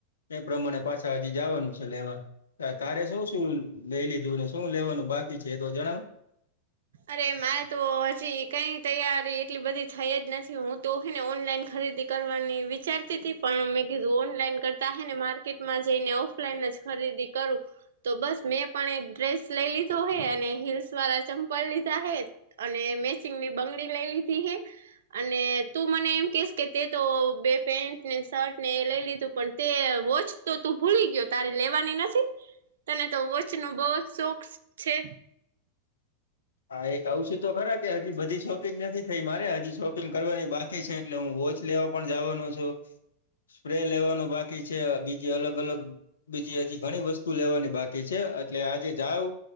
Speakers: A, on the left (about 70°); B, on the right (about 60°).
A: એ પ્રમાણે પાછા હજી જવાનું છે લેવા. હા તારે શું શું લઈ લીધું ને શું લેવાનું બાકી છે તો જણાવ? <inaudible> <unintelligible>
B: અરે મારે તો હજી કઈ તૈયારી એટલી બધી થઈ જ નથી હું તો ને ઓનલાઈન ખરીદી કરવાની વિચારતી પણ મેં કીધું ઓનલાઈન કરતા હ ને માર્કેટમાં જઈને ઓફ ઓફલાઈન જ ખરીદી કરું. તો બસ મેં પણ એક ડ્રેસ લઈ લીધો હે અને હીલ્સ વાળા ચંપ કલ લીધા હે, અને મેચિંગ ની બંગડી લઈ લીધી હે અને તું મને એમ કેસ કે તે તો બે પેન્ટ ને શર્ટ ને એ લઈ લીધું. પણ તે વોચ તો તું ભૂલી ગયો તારે લેવાની નથી. તને તો વોચ નો બહુ જ શોખ છે.
A: હા એ કાવ શું તો ખરા કે હજી બધી શોપિંગ નથી થઈ મારે હજી શોપિંગ કરવાની બા કીછે એટલે હું વોચ લેવા પણ જવાનું છું. સ્પ્રે લેવાનું બાકી છે, બીજી અલગ અલગ બીજી હજી ઘણી વસ્તુ લેવાની બાકી છે એટલે આજે જાઉ